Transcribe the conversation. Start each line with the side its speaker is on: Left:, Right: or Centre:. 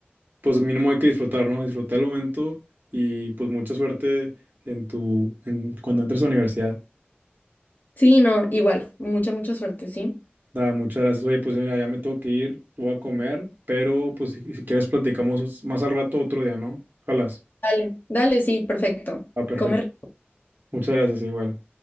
Right: pues mínimo hay que disfrutar, ¿no? Disfrutar el momento y pues mucha suerte en tu, en, cuando entres a la universidad.
Left: Sí, no, igual, mucha, mucha suerte, ¿sí?
Right: Nada, muchas gracias. Oye, pues mira, ya me tengo que ir, voy a comer, pero pues si, si quieres platicamos más al rato otro día, ¿no? Ojalá.
Left: Dale, dale, sí, perfecto.
Right: Ah, perfecto.
Left: Come
Right: Muchas gracias, igual.